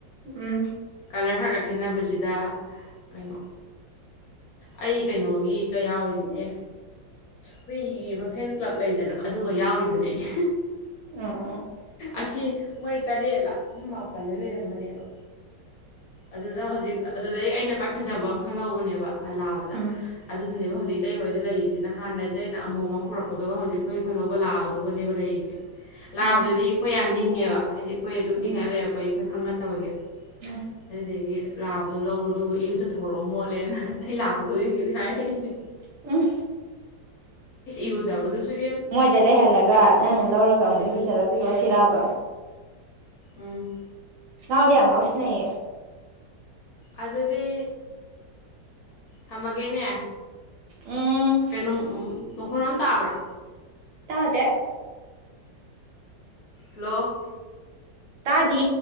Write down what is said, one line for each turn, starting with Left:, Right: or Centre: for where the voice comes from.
Right: ꯎꯝ
Left: ꯀꯂꯔ ꯈꯔꯒ ꯈꯦꯠꯅꯕꯁꯤꯗ ꯀꯩꯅꯣ ꯑꯩ ꯀꯩꯅꯣꯒꯤꯒ ꯌꯥꯎꯔꯤꯅꯦ ꯍꯨꯏꯒꯤ ꯃꯐꯦꯟ ꯀ꯭ꯂꯕ ꯂꯩꯗꯅ ꯑꯗꯨꯒ ꯌꯥꯎꯔꯤꯕꯅꯦ ꯑꯩ
Right: ꯑ ꯑ ꯑ
Left: ꯑꯁꯤ ꯃꯣꯏ ꯇꯔꯦꯂꯥ ꯃꯣꯏ ꯃꯥꯄꯜꯂ ꯂꯩꯔꯝꯕꯅꯦꯕ ꯑꯗꯨꯗ ꯍꯧꯖꯤꯛ ꯑꯗꯨꯗꯩ ꯑꯩꯅ ꯈ꯭ꯋꯥꯏ ꯐꯖꯕ ꯑꯃ ꯈꯜꯍꯧꯕꯅꯦꯕ ꯂꯥꯕꯗ
Right: ꯎꯝ
Left: ꯑꯗꯨꯗꯨꯅꯦꯕ ꯍꯧꯖꯤꯛ ꯏꯇꯩ ꯍꯣꯏꯗ ꯂꯩꯔꯤꯁꯤꯅ ꯍꯥꯟꯅ ꯏꯇꯩꯅ ꯑꯃꯣꯝ ꯑꯃ ꯄꯨꯔꯛꯄꯗꯨꯒ ꯍꯧꯖꯤꯛ ꯑꯩꯈꯣꯏ ꯈꯜꯍꯧꯕ ꯂꯥꯕꯗꯨꯒꯅꯦꯕ ꯂꯩꯔꯤꯁꯦ ꯂꯥꯕꯗꯨꯗꯤ
Right: ꯎꯝ
Left: ꯑꯩꯈꯣꯏ ꯌꯥꯝ ꯅꯤꯡꯉꯦꯕ ꯍꯥꯏꯗꯤ ꯑꯩꯈꯣꯏ ꯑꯗꯨꯝ
Right: ꯎꯝ
Left: ꯄꯤꯛꯅꯤꯉꯥꯏ ꯂꯩꯔꯛꯄꯒꯤ ꯑꯩꯈꯣꯏ ꯈꯪꯅꯕꯒꯤ
Right: ꯎꯝ
Left: ꯑꯗꯨꯗꯒꯤ ꯂꯥꯛꯕꯗꯣ ꯂꯧꯔꯣ ꯑꯗꯨꯒ ꯏꯔꯨ ꯆꯠꯊꯣꯔꯛꯑꯣ ꯃꯣꯠꯂꯦꯅ ꯑꯩ ꯂꯥꯛꯄ ꯈꯨꯗꯤꯡꯒꯤꯅꯤ ꯍꯥꯏ ꯑꯩꯁꯦ
Right: ꯎꯝ
Left: ꯏꯔꯨꯖꯕꯗꯨꯁꯨ ꯏꯕꯦꯝ
Right: ꯃꯣꯏꯗ ꯂꯩꯍꯜꯂꯒ ꯅꯪꯅ ꯂꯧꯔꯒ ꯑꯃꯨꯛ
Left: ꯎꯝ
Right: ꯏꯔꯨꯖꯔ ꯄꯤꯔꯛꯑꯣ ꯁꯤꯔꯥꯕ
Left: ꯎꯝ
Right: ꯉꯎꯗꯉ ꯍꯧꯁꯅꯌꯦꯦ
Left: ꯑꯗꯨꯗꯤ ꯊꯝꯃꯒꯦꯅꯦ
Right: ꯎꯝ
Left: ꯀꯩꯅꯣ ꯃꯈꯣꯟꯣꯝ ꯇꯥꯕ꯭ꯔꯥ
Right: ꯇꯗꯦ
Left: ꯍꯜꯂꯣ
Right: ꯇꯥꯗꯦ